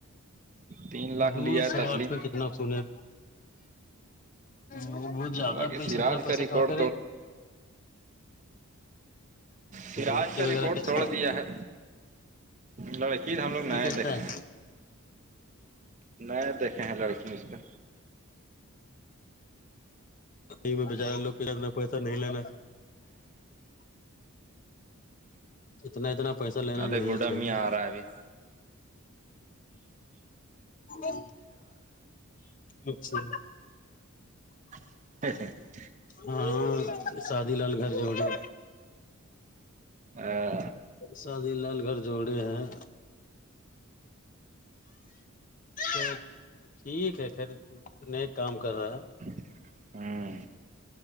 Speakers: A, on the right; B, on the left.
A: تین لاکھ
B: دو
A: لیا ہے
B: سٹھ
A: تسلیم
B: میں کتنا سنے وہ وہ زیادہ
A: بولا کہ
B: پیسہ
A: سراج
B: اتنا پیسہ
A: کا ریکارڈ
B: کہاں کرے
A: پھر آج
B: لڑکی
A: کا
B: وغیرہ
A: ریکارڈ
B: کیسا
A: توڑ دیا ہے لڑکی ہم لوگ نہیں
B: کیسا
A: دیکھ
B: ہے
A: نہیں دیکھ ہ ہ لڑکی مسٹر
B: یہ میں بچارے لوگ اتنا پیسہ نہیں لینا اتنا اتنا پیسہ لینا
A: ہوں ا
B: نہیں
A: گڈ
B: چاہیے
A: م آ رہا بھی <unintelligible>
B: ہ اچھا
A: <unintelligible>
B: ہاں شادی لال گھر جو گا
A: اور
B: شادی لال گھر جوڑے ہیں تو ٹھیک ہے خھر میں ایک کام کر رہا ہے
A: <unintelligible> ہوں